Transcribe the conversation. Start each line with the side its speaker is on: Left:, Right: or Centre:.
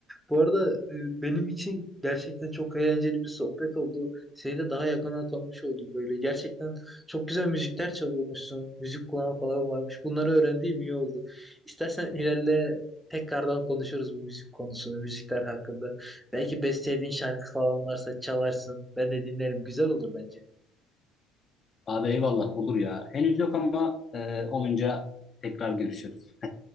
Centre: Bu arada e, benim için gerçekten çok eğlenceli bir sohbet oldu. Seni de daha yakından tanımış olduk böyle. Gerçekten çok güzel müzikler çalıyormuşsun. Müzik kulağın falan varmış. Bunları öğrendiğim iyi oldu. İstersen ilerle tekrardan konuşuruz bu müzik konusunu, müzikler hakkında. Belki bestelediğin şarkı falan varsa çalarsın. Ben de dinlerim. Güzel olur bence.
Left: Abi eyvallah olur ya. Henüz yok ama e, olunca tekrar görüşürüz.